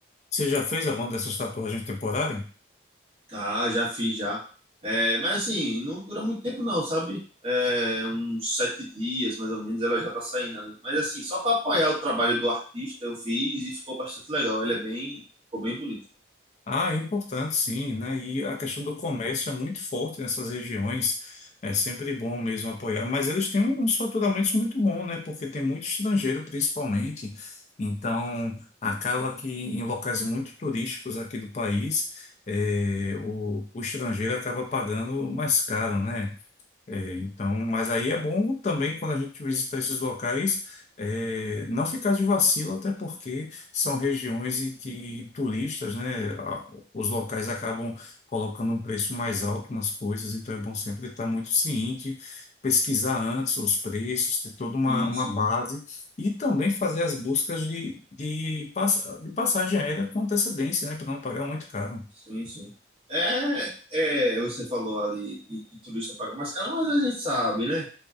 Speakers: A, on the left (about 35°); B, on the right (about 30°).
A: Você já fez alguma dessas tatuagens temporárias?
B: Ah, já fiz já. É, mas assim, não dura muito tempo não, sabe? É, uns sete dias, mais ou menos, ela já tá saindo ali. Mas assim, só para apoiar o trabalho do artista, eu fiz e ficou bastante legal. Ela é bem, ficou bem bonita.
A: Ah, é importante sim, né? E a questão do comércio é muito forte nessas regiões. É sempre bom mesmo apoiar, mas eles têm um, uns faturamentos muito bons, né? Porque tem muito estrangeiro, principalmente. Então, acaba que em locais muito turísticos aqui do país, eh, o, o estrangeiro acaba pagando mais caro, né? É, então, mas aí é bom também quando a gente visitar esses locais, é, não ficar de vacilo, até porque são regiões em que turistas, né, a- os locais acabam colocando um preço mais alto nas coisas, então é bom sempre estar muito ciente, pesquisar antes os preços, ter toda uma,
B: Sim,
A: uma
B: sim,
A: base e também fazer as buscas de, de, pass- de passagem aérea com antecedência, né, para não pagar muito caro.
B: sim, sim. É, é, você falou ali de que turista paga mais caro, mas a gente sabe, né?